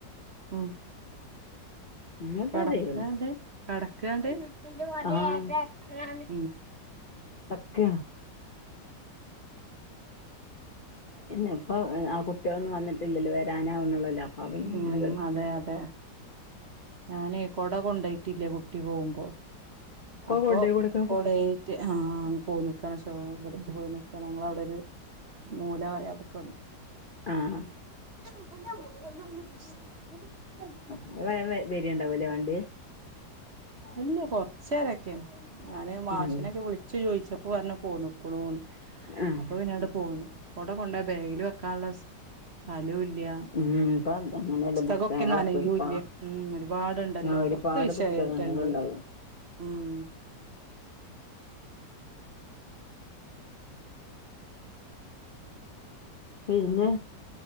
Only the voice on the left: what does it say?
അങ്ങനൊക്കെ
ചെയ്യുള്ളൂ
ആഹ് ക്ക ഇല്ല ഇപ്പൊ ആ കുട്ടിയളൊന്നും വന്നിട്ടില്ലല്ലോ വെരാനാവുന്നുള്ളല്ലോ അപ്പവൻ
ഇങ്ങനെ കെട
കൊണ്ടോയി കൊടുക്കാൻ
ആഹ്
നിങ്ങളാരേലും വെ വെരിയിണ്ടാവൂലേ വണ്ടി
ഉം
ആഹ്
ഉം ഇപ്പൊ അങ്ങനെയല്ലേ
പുസ്തകങ്ങളൊക്കെ ഒരുപാ
ആഹ് ഒരുപാട്
പുസ്തകങ്ങളുണ്ടാവും
പിന്നെ